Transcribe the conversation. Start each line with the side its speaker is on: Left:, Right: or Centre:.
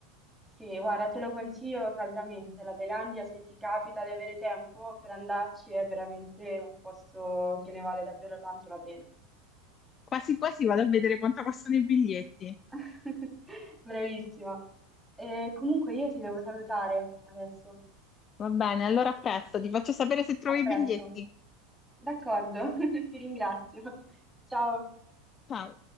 Centre: sì, guarda, te lo consiglio caldamente. La Thailandia, se ti capita di avere tempo per andarci, è veramente un posto che ne vale davvero tanto la pena.
Left: Quasi quasi vado a vedere quanto costano i biglietti.
Centre: <laughs> Bravissima. E comunque io ti devo salutare adesso.
Left: Va bene, allora a presto, ti faccio sapere se trovi
Centre: A presto.
Left: i biglietti.
Centre: D'accordo, <laughs> ti ringrazio. Ciao.
Left: Ciao.